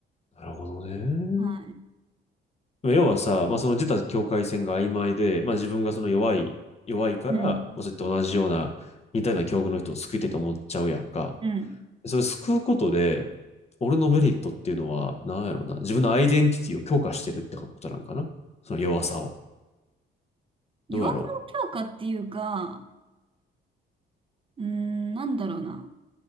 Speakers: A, on the left; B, on the right.
A: なるほどね。
B: はい。
A: まあ要はさ、まあ、その自他境界線が曖昧で、まあ、自分がその弱い、弱いから、
B: うん。
A: まあ、そういった同じような、似たような境遇の人を救いたいと思っちゃうやんか。
B: うん。
A: それ救うことで、俺のメリットっていうのは、なんやろうな。自分のアイデンティティを強化してるってことなんかなその弱さを。
B: 弱さの強化っていうか、
A: どうやろ
B: うーん、なんだろうな。